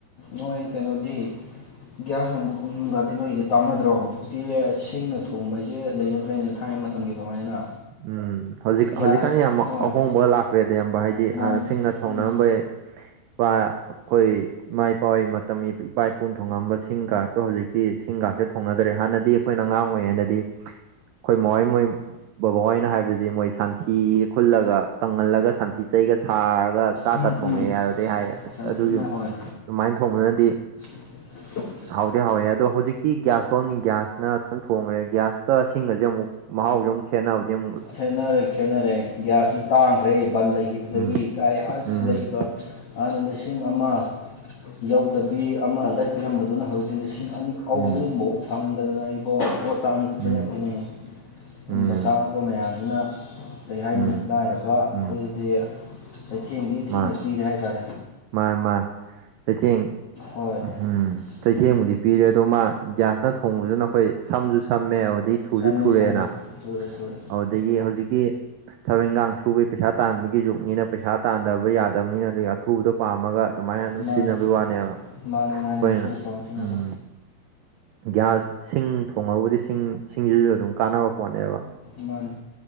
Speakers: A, on the left; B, on the right.
A: ꯃꯣꯏ ꯀꯩꯅꯣꯗꯤ ꯒ꯭ꯌꯥꯁ ꯑꯃꯨꯛ ꯍꯨꯝꯐꯨꯒꯇ ꯅꯣꯏꯁꯦ ꯇꯥꯟꯅꯗ꯭ꯔꯣ ꯍꯧꯖꯤꯛꯇꯤ ꯁꯤꯡꯅ ꯊꯣꯡꯕꯁꯦ ꯂꯩꯅꯗ꯭ꯔꯦꯅ ꯊꯥꯏꯅ ꯃꯇꯝꯒꯤ ꯑꯗꯨꯃꯥꯏꯅ
B: ꯎꯝ ꯍꯧꯖꯤꯛ
A: ꯒ꯭ꯌꯥꯁ
B: ꯍꯧꯖꯤꯛꯀꯥꯟ ꯌꯥꯝ
A: ꯍꯣꯏ
B: ꯑꯍꯣꯡꯕ ꯂꯥꯛꯈ꯭ꯔꯦꯗ ꯑꯌꯥꯝꯕ ꯍꯥꯏꯗꯤ
A: ꯂꯥꯛ
B: ꯍꯥꯟꯅ ꯁꯤꯡꯅ ꯊꯣꯡꯅꯔꯝꯕ
A: ꯎꯝ
B: ꯋꯥ ꯀꯣꯏ ꯏꯃꯥ ꯏꯄꯥ ꯃꯇꯝ ꯏꯄꯥ ꯏꯄꯨꯅ ꯊꯣꯡꯉꯝꯕ ꯁꯤꯡꯒꯥꯛꯇꯣ ꯍꯧꯖꯤꯛꯇꯤ ꯁꯤꯡꯒꯥꯛꯇꯣ ꯊꯣꯡꯅꯗ꯭ꯔꯦ ꯍꯥꯟꯅꯗꯤ ꯑꯩꯈꯣꯏꯅ ꯑꯉꯥꯡ ꯑꯣꯏꯔꯤꯉꯩꯗꯗꯤ ꯑꯩꯈꯣꯏ ꯃꯥꯍꯣꯏ ꯃꯣꯏ ꯕꯕꯥꯍꯣꯏꯅ ꯍꯥꯏꯕꯗꯤ ꯃꯣꯏ ꯁꯟꯊꯤ ꯈꯨꯜꯂꯒ ꯀꯪꯍꯜꯂꯒ ꯁꯟꯊꯤ ꯆꯩꯒ ꯁꯥꯔꯒ ꯆꯥꯛꯀ
A: ꯎꯝ
B: ꯊꯣꯡꯉꯦ
A: ꯎꯝ
B: ꯌꯥꯔꯗꯤ ꯍꯥꯏ ꯑꯁ
A: ꯌꯥꯝ
B: ꯑꯗꯨꯒꯤ
A: ꯊꯤꯅ ꯍꯣꯏ
B: ꯑꯗꯨꯃꯥꯏꯅ ꯊꯣꯡꯕꯅꯗꯤ
A: <unintelligible>
B: ꯍꯥꯎꯗꯤ ꯍꯥꯎꯋꯦ ꯑꯗꯣ ꯍꯧꯖꯤꯛꯇꯤ ꯒ꯭ꯌꯥꯁ ꯐꯣꯝꯅꯤ ꯒ꯭ꯌꯥꯁꯅ ꯑꯗꯨꯝ ꯊꯣꯡꯈ꯭ꯔꯦ ꯒ꯭ꯌꯥꯁꯀ ꯁꯤꯡꯒꯁꯦ ꯑꯃꯨꯛ ꯃꯍ ꯍꯧꯖꯝ ꯈꯦꯟꯅꯔꯦ
A: ꯈꯦꯠꯅꯔꯦ ꯈꯦꯠꯅꯔꯦ ꯒ꯭ꯌꯥꯁꯁꯨ ꯇꯥꯡꯈ꯭ꯔꯦ ꯕꯟ ꯂꯩꯈꯤꯕꯗꯒꯤ
B: ꯎꯝ
A: ꯀꯥꯏ ꯑꯁ
B: ꯎꯝ
A: ꯂꯩꯕ ꯍꯥꯏꯅ ꯂꯤꯁꯤꯡ ꯑꯃ ꯌꯧꯗꯕꯤ ꯑꯃꯗꯏ ꯄꯤꯔꯝꯕꯗꯨꯅ ꯍꯧꯖꯤꯛꯇꯤ ꯂꯤꯁꯤꯡ ꯑꯅꯤ ꯑꯒꯨꯝꯕꯐꯥꯎ
B: ꯎꯝ
A: ꯐꯪꯗꯗꯅ ꯑꯩꯀꯣ ꯄꯣꯠ ꯇꯥꯡ ꯈꯖꯅ
B: ꯎꯝ
A: ꯊꯤꯅꯤꯡꯉꯤ
B: ꯎꯝ
A: ꯑꯗꯨꯝꯕ ꯆꯪꯉꯛꯄ ꯃꯌꯥꯝꯁꯤꯅ ꯀꯔꯤ ꯍꯥꯏꯅꯤ
B: ꯎꯝ
A: ꯂꯥꯏꯔꯕ ꯑꯩꯈꯣꯏꯗꯗꯤ
B: ꯎꯝ
A: ꯆꯩꯊꯦꯡꯗꯤ
B: ꯃꯥ
A: ꯊꯤꯅ ꯄꯤꯔꯦ ꯍꯥꯏꯇꯥꯔꯦ
B: ꯃꯥ ꯃꯥ ꯆꯩꯊꯦꯡ
A: ꯍꯣꯏ
B: ꯎꯝ ꯆꯩꯊꯦꯡꯕꯨꯗꯤ
A: ꯎꯝ
B: ꯄꯤꯔꯦ ꯑꯗꯣ ꯃꯥ ꯒ꯭ꯌꯥꯁ ꯅ ꯊꯣꯡꯕꯁꯤꯅ ꯑꯩꯈꯣꯏ ꯁꯝꯁꯨ ꯁꯝꯃꯦ ꯑꯗꯨꯗꯒꯤ ꯊꯨꯁꯨ
A: ꯁꯝꯃꯦ
B: ꯊꯨꯔꯦꯅ
A: ꯁꯝꯃꯦ ꯊꯨꯔꯦ ꯊꯨꯔꯦ
B: ꯑꯗꯨꯗꯒꯤ ꯍꯧꯖꯤꯛ ꯊꯕꯛ ꯏꯪꯈꯥꯡ ꯁꯨꯕ ꯄꯩꯁꯥ ꯇꯥꯟꯕꯒꯤ ꯖꯨꯛꯅꯤꯅ ꯄꯩꯁꯥ ꯇꯥꯟꯗꯕ ꯌꯥꯗꯕꯅꯤꯅ ꯑ ꯑꯊꯨꯕꯗ ꯄꯥꯝꯃꯒ ꯑꯗꯨꯃꯥꯏꯅ ꯑꯗꯨꯝ
A: ꯃꯥꯅꯦ
B: ꯁꯤꯖꯤꯟꯅꯕꯒꯤ ꯋꯥꯅꯦꯕ ꯑꯩꯈꯣꯏꯅ
A: ꯃꯥꯅꯦ ꯃꯥꯅꯦ ꯑꯊꯨꯕ ꯄꯥꯝꯁꯤꯅꯕ
B: ꯎꯝ ꯒ꯭ꯌꯥꯁ ꯁꯤꯡ ꯊꯣꯡꯉꯕꯨꯗꯤ ꯁꯤꯡ ꯁꯤꯡꯁꯤꯁꯨ ꯑꯗꯨꯝ ꯀꯥꯟꯅꯕ ꯄꯣꯠꯅꯦꯕ
A: ꯃꯥꯅꯦ